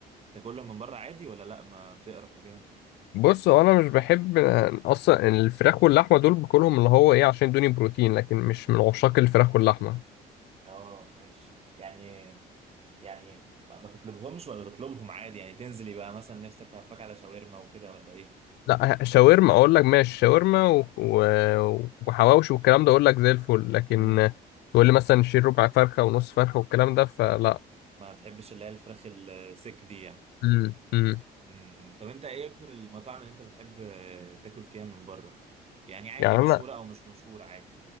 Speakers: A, on the right; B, on the left.
A: تاكلهم من بره عادي ولا لا ما بتقرف وكده
B: بص هو انا مش بحب اصلا الفراخ واللحمه دول باكلهم اللي هو ايه عشان يدوني بروتين لكن مش من عشاق الفراخ واللحمه
A: اه ماشي يعني يعني لا، ما تطلبهمش ولا تطلبهم عادي يعني تنزلي بقى مثلا نفسك هفاك على شاورما وكده ولا ايه
B: لا ه- شاورما اقول لك ماشي شاورما و... و... وحواوشي والكلام ده اقول لك زي الفل لكن
A: امم
B: تقول لي مثلا شيل ربع فرخه ونص فرخه والكلام ده فلا
A: ما تحبش اللي هي الفراخ السك دي يعني
B: امم امم
A: امم طب انت ايه اكتر المطاعم اللي انت بتحب آه، تاكل فيها من بره يعني عادي
B: يعني
A: مشهوره
B: انا
A: او مش مشهوره عادي